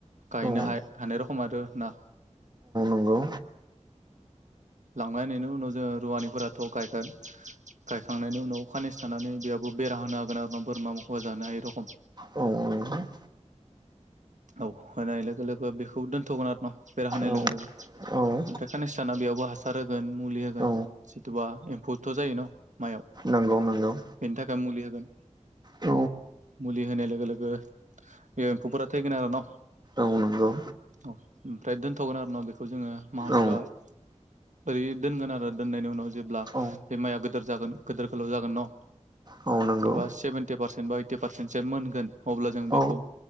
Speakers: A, on the right; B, on the right.
A: गायैनो
B: औ
A: हा हानाय रखम आरो ना
B: नंगौ
A: लांबायनायनि उनाव जोो रुवानिफोराथ' गायगोन गायखांनायनि उनाव खानस थानानै बेाबबो बेरा होनो हागोन आरो ना बोरमा मोसौा जानो हायै रखम
B: औ औ
A: औ होनाय लोगो लोगो बेखौबो दोनथ'गोन आरो न' बेरा होनाय
B: नंगौ
A: लोगो लोगो
B: औ औ
A: ओमफ्राय कानिस्ताना बेयावबो हासार होगोन मुलि होगोन
B: औ
A: सोरथबा एम्फौथ' जायो न माइआव
B: नंगौ नंगौ
A: बेनि थाखाय मुलि होगोन
B: औ
A: मुलि होनाय लोगो लोगो बे एम्फौफोरा थैगोन आरो न
B: औं नंगौ
A: औ ओमफ्राय दोन्थगोन आरोना बेखौ जोङो माखासेबा
B: औ
A: ओरै दोनगोन आरो दोननायनि उनाव जेब्ला
B: औ
A: बे माइया गदोर जागोन गिदोर गोलाव जागोन न
B: औ नंगौ
A: सोरबा सेभेन्टि पारसेन्ट बा ओइटि पारसेन्ट सो मोनगोन अब्ला जों
B: औ
A: बेखौ